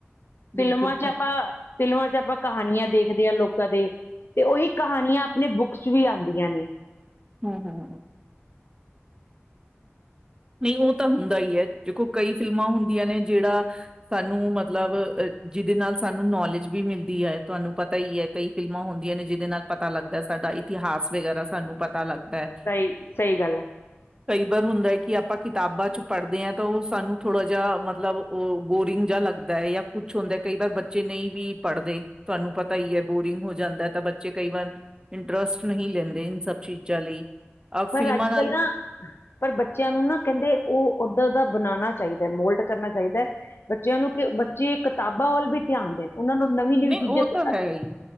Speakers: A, on the right (about 20°); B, on the left (about 60°).
A: ਬਿਲਕੁਲ
B: ਫਿਲਮਾਂ ਚ
A: ਠੀਕ
B: ਆਪਾਂ ਫਿਲਮਾਂ ਚ ਆਪਾਂ ਕਹਾਣੀਆਂ ਦੇਖਦੇ ਆ ਲੋਕਾਂ ਦੇ ਤੇ ਉਹੀ ਕਹਾਣੀਆਂ ਆਪਣੇ ਬੁੱਕਸ ਚ ਵੀ ਆਦੀਆਂ ਨੇ,
A: ਹੂੰ-ਹੂੰ, ਨਹੀਂ ਉਹ ਤਾਂ ਹੁੰਦਾ ਹੀ ਐ ਦੇਖੋ ਕਈ ਫਿਲਮਾਂ ਹੁੰਦੀਆਂ ਨੇ ਜਿਹੜਾ ਸਾਨੂੰ ਮਤਲਬ ਜਿਹਦੇ ਨਾਲ ਸਾਨੂੰ ਨੌਲੇਜ ਵੀ ਮਿਲਦੀ ਐ ਤੁਹਾਨੂੰ ਪਤਾ ਈ ਐ। ਕਈ ਫਿਲਮਾਂ ਹੁੰਦੀਆਂ ਨੇ ਜਿਹਦੇ ਨਾਲ ਪਤਾ ਲੱਗਦਾ ਸਾਡਾ ਇਤਿਹਾਸ ਵਗੈਰਾ ਸਾਨੂੰ ਪਤਾ ਲੱਗਦਾ ਐ।
B: ਸਹੀ-ਸਹੀ ਗੱਲ ਐ।
A: ਕਈ ਵਾਰ ਹੁੰਦਾ ਐ ਕਿ ਆਪ ਆਪਾਂ ਕਿਤਾਬਾਂ ਚ ਪੜ੍ਹਦੇ ਆ ਤਾਂ ਓ ਸਾਨੂੰ ਥੋੜ੍ਹਾ ਜਾ ਮਤਲਬ ਓ ਬੋਰਿੰਗ ਜਾ ਲੱਗਦਾ ਜਾ ਕੁੱਛ ਹੁੰਦਾ ਕਈ ਵਾਰ ਬੱਚੇ ਨਈ ਵੀ ਪੜ੍ਹਦੇ ਤੁਹਾਨੂੰ ਪਤਾ ਈ ਐ ਬੋਰਿੰਗ ਹੋ ਜਾਂਦਾ ਤਾਂ ਬੱਚੇ ਕਈ ਵਾਰ ਇੰਟਰਸਟ ਨਹੀਂ ਲੈਂਦੇ ਇਨ ਸਭ ਚੀਜ਼ਾਂ ਲਈ ਅ
B: ਪਰ
A: ਫਿਲਮਾਂ
B: ਅੱਜ
A: ਨਾਲ
B: ਕੱਲ ਨਾ ਪਰ ਬੱਚਿਆਂ ਨੂੰ ਨਾ ਕੈਂਦੇ ਓ ਓਦਾਂ ਦਾ ਬਣਾਣਾ ਚਾਈਦਾ ਮੋਲਡ ਕਰਨਾ ਚਾਈਦਾ। ਬੱਚਿਆਂ ਨੂੰ ਕਿ ਬੱਚੇ ਕਿਤਾਬਾਂ ਵੱਲ ਵੀ ਧਿਆਨ ਦੇਣ। ਉਨਾਂ ਨੂੰ ਨਵੀਂ ਨਵੀਂ
A: ਨਈ
B: ਚੀਜ਼ਾਂ
A: ਓ ਤਾਂ ਹੈ ਈ